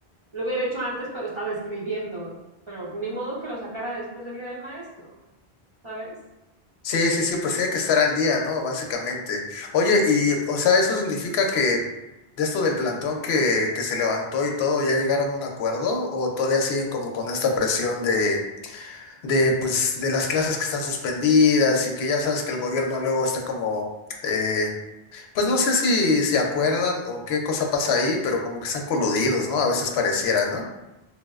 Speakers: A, on the right; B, on the left.
A: lo hubiera hecho antes, pero estaba escribiendo, pero ni modo que lo sacara después del día del maestro, ¿sabes?
B: Sí, sí, sí, pues tiene que estar al día, ¿no? Básicamente. Oye, y, o sea, eso significa que de esto del plantón que, que se levantó y todo, ¿ya llegaron a un acuerdo? ¿O todavía siguen como con esta presión de, de, pues, de las clases que están suspendidas y que ya sabes que el gobierno luego está como, eh, pues no sé si se acuerdan o qué cosa pasa ahí, pero como que están coludidos, ¿no? A veces pareciera, ¿no?